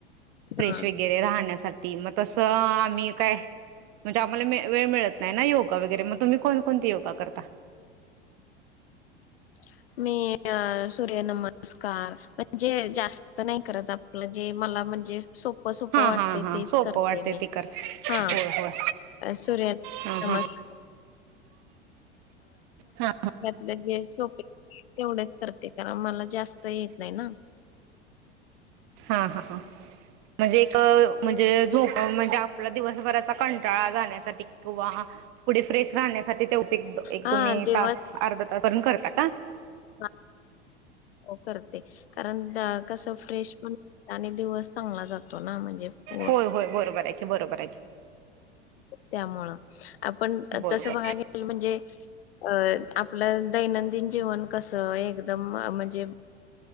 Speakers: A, on the right (about 45°); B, on the left (about 60°).
A: फ्रेश
B: हां
A: वगैरे राहण्यासाठी मग तसं आम्ही काय म्हणजे आम्हाला वेळ मिळत नाही ना योगा वगैरे मग तुम्ही कोणकोणती योगा करता
B: ह मी सूर्य नमस्कार म्हणजे जास्त नाही करत आपलं जे मला म्हणजे सोप सोप
A: हा
B: वाटत
A: हा हा
B: तेच
A: सोपं
B: करते
A: वाटते
B: मी
A: ती कर
B: हा
A: होय होय
B: सूर्यन
A: हा
B: नमस्कार
A: हा हा
B: <inaudible> तेवढेच करते कारण मला जास्त येत नाही ना
A: हा हा हा
B: <inaudible>
A: म्हणजे एक म्हणजे झोप म्हणजे आपला दिवसभराचा कंटाळा जाण्यासाठी किंवा पुढे फ्रेश राहण्यासाठी तेवचे
B: हा
A: तुम्ही
B: दिवस
A: तास अर्धा तासून करता का
B: हा हो करते कारण कस फ्रेश पण आणि दिवस चांगला जातो ना म्हणजे व
A: होय होय बरोबर आहे की बरोबर आहे की
B: त्यामुळं आपण
A: बरोबर.
B: तसं बघाय गेल म्हणजे अ आपलं दैनंदिन जीवन कसं एक एकदम म्हणजे